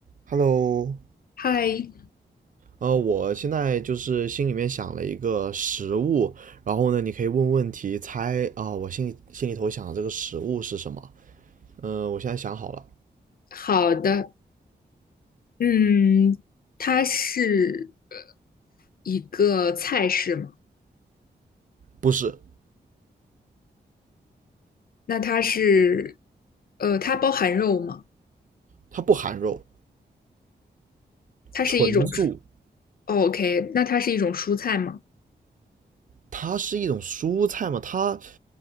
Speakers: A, on the right (about 45°); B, on the left (about 55°).
A: Hello，
B: 嗨，
A: 呃，我现在就是心里面想了一个食物，然后呢，你可以问问题猜啊，我心里心里头想的这个食物是什么？嗯、我现在想好了，
B: 好的，嗯，它是呃一个菜式嘛？
A: 不是，
B: 那它是，呃，它包含肉吗？
A: 它不含肉，
B: 它是一种蔬
A: 纯素，
B: 哦，OK，那它是一种蔬菜吗？
A: 它是一种蔬菜嘛，它